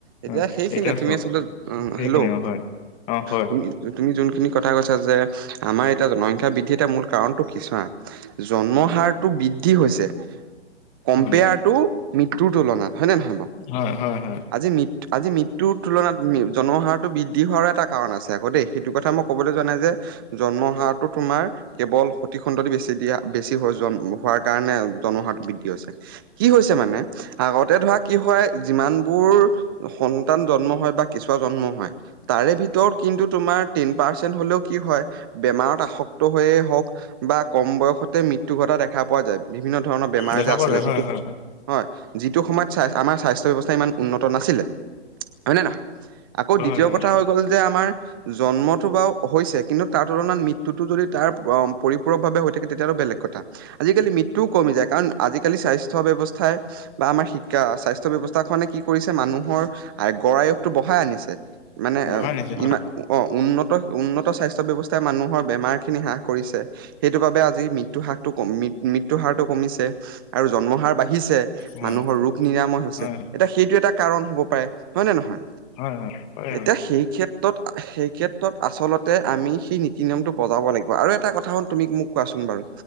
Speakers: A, on the right; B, on the left.
A: এতিয়া
B: অ
A: সেইখিনিয়ে তুমি
B: চ
A: আচলতে উম
B: সেইখিনি
A: হেল্ল' উম
B: অ হয় অ হয়
A: তুমি তুমি যোনখিনি কথা কৈছা যে আমাৰ এতিয়া জনসংখ্যা বৃদ্ধি এটা মূল কাৰণটো কি চোৱা। জন্ম হাৰটো বৃদ্ধি হৈছে কম্পেয়াৰটো
B: হয়
A: মৃত্যুৰ তুলনাত হয়নে নহয় বাও।
B: হয় হয় হয়।
A: আজি মৃত্ আজি মৃত্যুৰ তুলনাত জন্ম হাৰত বৃদ্ধি হোৱাৰো এটা কাৰণ আছে আকৌ দেই। সেইটো কথা মই ক'বলৈ যোৱা নাই যে জন্ম হাৰটো তোমাৰ কেৱল সতি খণ্ড দি বেছি দিয়া বেছি হৈ জন হোৱাৰ কাৰণে জন্মহাৰটো বৃদ্ধি হৈছে। কি হৈছে মানে আগতে ধৰা কি হয় যিমান বোৰ সন্তান জন্ম হয় বা কেছুুৱা জন্ম হয়। তাৰে ভিতৰত কিন্তু তোমাৰ টেন পাৰ্চেণ্ট হ'লেও কি হয় বেমাৰত আসক্ত হৈয়ে হওক বা কম বয়সতে মৃত্যু ঘটা দেখা পোৱা যায়। বিভিন্ন ধৰণৰ বেমাৰ
B: দেখা
A: যে আছিলে
B: পোৱা যায় হয়
A: যিটো হয়
B: হয়
A: যিটো সময়ত চা ণআমাৰ স্বাস্থ্য ব্যৱস্থা ইমান উন্নত নাছিলে। হয় নে নহয়? আকৌ দ্বিতীয়
B: হয় হয়
A: কথা হ হ'ল যে আমাৰ জন্মটো বাও হৈছে কিন্তু তাৰ তুলনাত মৃত্যুটো যদি তাৰ পৰিপূৰক ভাৱে হৈ থাকে তেতিয়াহ'লে বেলেগ কথা। আজিকালি মিত টো কমি যায় কাৰণ আজিকালি স্বাস্থ্য ব্যৱস্থাই বা আমাৰ শিকা স্বাস্থ্য ব্যৱস্থা খনে কি কৰিছে মানুহৰ আয় গঢ় আয়ুসটো বঢ়াই আনিছে। মানে
B: বঢ়াই নিছে হয়
A: ইমান অ উন্নত উন্নত স্বাস্থ্য ব্যৱস্থাই মানুহৰ বেমাৰ খিনি হ্ৰাস কৰিছে। সেইটো বাবে আজি মৃত্যুহাকটো কমি মৃ মৃত্যুহাৰটো কমিছে আৰু জন্ম হাৰ বাঢ়ি হিছে।
B: হয়
A: মানুহৰ ৰোগ নিৰাময় হৈছে।
B: হয়
A: এতিয়া সেইটো এটা কাৰণ হব পাৰে। হয় নে নহয়?
B: হয় হয় হয়
A: এতিয়া সেইখি ক্ষেত্ৰত সেই ক্ষেত্ৰত আচলতে আমি সেই নীতি নিয়মটো বজাব লাগিব আৰু এটা কথা হ'ল তুমি মোক কোৱাচোন বাৰু।